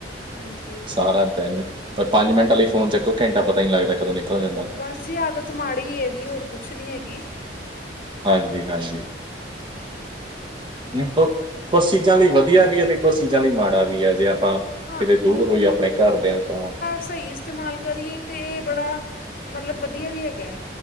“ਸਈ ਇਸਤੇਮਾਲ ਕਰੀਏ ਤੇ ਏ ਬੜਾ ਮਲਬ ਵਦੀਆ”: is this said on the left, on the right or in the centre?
Left